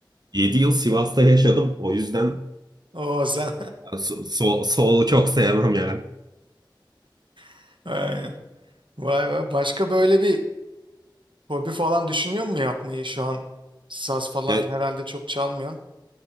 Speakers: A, on the right; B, on the right.
A: 7 yıl Sivas'ta yaşadım. O yüzden
B: Oo sen.
A: so- so- solu çok sevmem yani.
B: <laughs> Aynen. Vay be. Başka böyle bir Hobi falan düşünüyor mu yapmayı şu an? Saz falan
A: Ya,
B: herhalde çok çalmıyorsun.